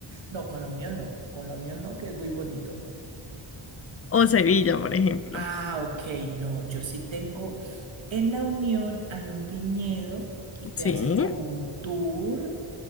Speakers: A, on the right; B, on the left.
A: No, con la Unión no, con la Unión no, que es muy bonito.
B: O Sevilla, por ejemplo.
A: Ah, ok, no, yo sí tengo, en la Unión hay un viñedo y te
B: Sí.
A: hacen como un tour